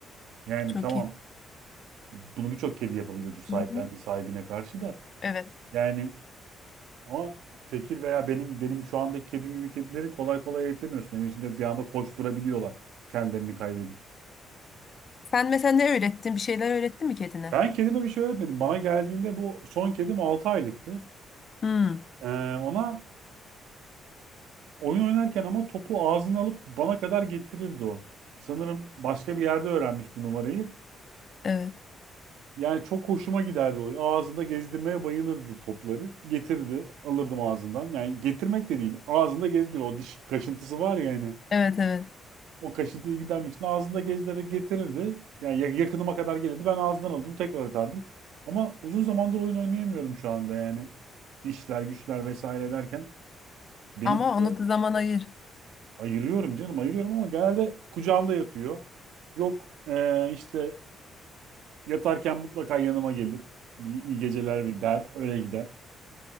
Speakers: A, on the right; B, on the left.
A: Yani
B: çok
A: tamam
B: iyi.
A: bunu birçok kedi yapabiliyordur sahiplendiği
B: Hı hı.
A: sahibine karşı da.
B: Evet.
A: Yani ama tekir veya benim benim şu andaki kedim gibi kedileri kolay kolay eğitemiyorsun. Evin içinde bir anda koşturabiliyorlar kendilerini kaybedip.
B: Sen mesela ne öğrettin? Bir şeyler öğrettin mi kedine?
A: Ben kedime bir şey öğretmedim. Bana geldiğinde bu son kedim 6 aylıktı.
B: Hmm,
A: Ee, ona oyun oynarken ama topu ağzına alıp bana kadar getirirdi o. Sanırım başka bir yerde öğrenmiş bu numarayı.
B: evet.
A: Yani çok hoşuma giderdi o. Ağzında gezdirmeye bayılırdı topları. Getirdi, alırdım ağzından. Yani getirmek de değil, ağzında gezdiriyor. O diş kaşıntısı var ya yani.
B: Evet, evet.
A: o kaşıntıyı gidermek için ağzında gezdirerek getirirdi. Yani ya- yakınıma kadar gelirdi. Ben ağzından alırdım, tekrar atardım. Ama uzun zamandır oyun oynayamıyorum şu anda yani. İşler, güçler vesaire derken benim
B: Ama
A: bir süre
B: onu da zaman ayır.
A: ayırıyorum canım, ayırıyorum ama genelde kucağımda yatıyor. Yok eee, işte yatarken mutlaka yanıma gelir. Bir iyi geceler bir der, öyle gider.